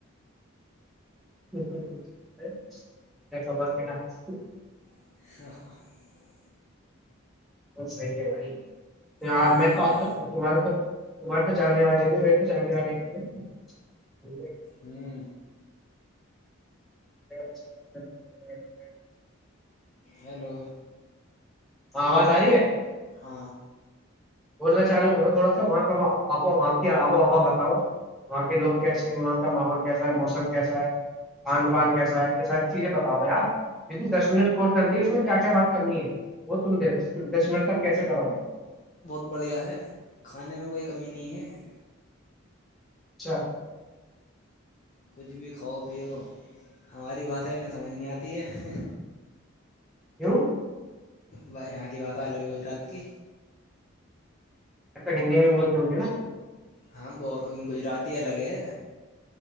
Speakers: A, in the centre; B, on the left.
A: <unintelligible>
B: <inaudible>
A: بس صحیح ہے بھائی
B: ابھی
A: میں
B: پڑھ
A: تو آ تک ہوں تمہارے پ تہارے تو جاننے والے بھی میرے تو جاننے والے گ
B: ہم
A: <inaudible>
B: ہیلو
A: ہاں آواز آ رہی ہے
B: ہاں
A: بولنا چالو کرو تھوڑا سا وہاں کا کی آب و ہوا بتاؤ وہاں کہ لوگ کیسے ہیں وہاں کا ماحول کیسا ہے موسم کیسا ہے کھان پان کیسا ہے یہ ساری چیزیں بتاؤ بھے ہاں لیکن دس منٹ کال کرنی ہے اس میں کیا کیا بات کمی ہے وہ تم دیکھو دس منٹ تک کیسے کرو گے
B: ب بڑھیا ہے کھانے میں کوئی کمی نہیں ہے
A: اچھا
B: کچھ بھی کھاؤ پیو ہماری باتیں انہیں سمجھ نہیں آتی ہے
A: کیوں
B: بھایی یہاں کی باتہ الگ ہے گجرات کی
A: ہندی میں بھی بولتے ہوں گے نا
B: ہاں تو گجراتی الگ ہے